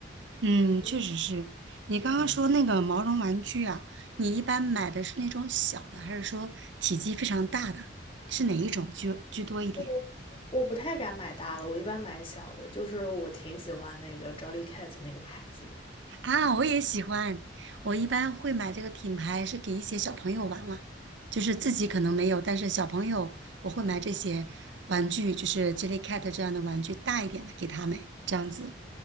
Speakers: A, on the right; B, on the left.
A: 嗯，
B: 对，
A: 确实是。你刚刚说那个毛绒玩具啊，
B: 嗯，
A: 你一般买的是那种小的，还是说体积非常大的？是哪一种居居多一点？
B: 我我不太敢买大的，我一般买小的。就是我挺喜欢那个 Jolly Cat 那个牌子的，
A: 啊，我也喜欢。我一般会买这个品牌是给一些小朋友玩了，就是自己可能没有，但是小朋友我会买这些玩具，就是 Jellycat 这样的玩具，大一点的给他们，这样子。